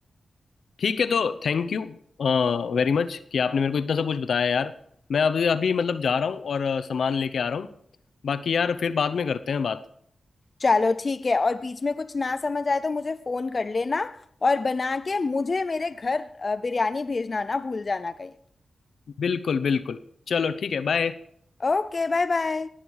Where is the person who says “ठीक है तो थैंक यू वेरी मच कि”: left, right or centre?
Left